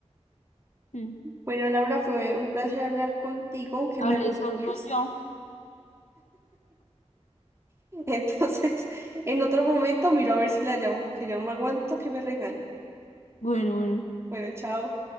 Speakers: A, on the left; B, on the right.
A: mm.
B: Bueno, Laura, fue un placer hablar contigo, aunque
A: Hablé
B: me
A: solo
B: regañes.
A: yo.
B: <laughs> Entonces, en otro momento miro a ver si la llamo porque yo no me aguanto que me regañe.
A: Bueno, bueno.
B: Bueno, chao.